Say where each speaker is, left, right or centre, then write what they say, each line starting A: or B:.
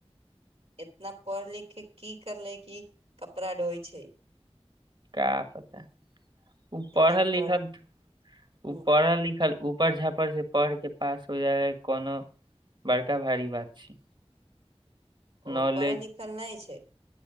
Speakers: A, on the right; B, on the right.
A: इतना पढ़ लिख के की करले की कपड़ा ढोइ छै
B: का पता उ
A: इतना
B: पढ़ल लिखल
A: पढ़
B: उ
A: हूँ
B: पढ़ल लिखल उपड़ झापड़ से पढ़ के पास हो जाय कोनो बड़का भारी बात छै
A: ओ
B: नॉलेज
A: पढ़ल लिखल नहि छै